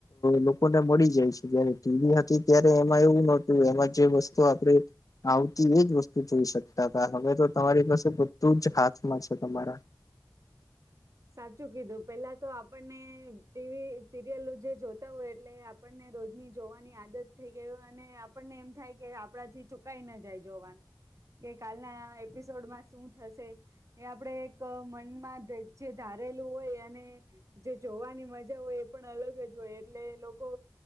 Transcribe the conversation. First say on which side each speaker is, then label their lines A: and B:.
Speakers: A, on the left; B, on the right.
A: લોકોને મળી જાય છે જયારે ટીવી હતી. અત્યારે એમાં એવું નહોતું એમાં જે વસ્તુ આપણે આવતી એજ વસ્તુ જોઈ શકતા હતા હવે તો તમારી પાસે બધું જ હાથમાં છે. તમારા
B: સાચું કીધું પેલા તો આપણને ટીવી સિરિયલ જે જોતા હોય એટલે આપણને રોજની જોવાની આદત થઈ ગય હોય અને આપણને એમ થાય કે આપણાથી ચુકાઈ ના જાય જોવાનું કે કાલના એપિસોડમાં શું થશે એ આપણે એક મનમાં જે ધારેલું હોય અને જે જોવાની મજા હોય એ પણ અલગ જ હોય એટલે લોકો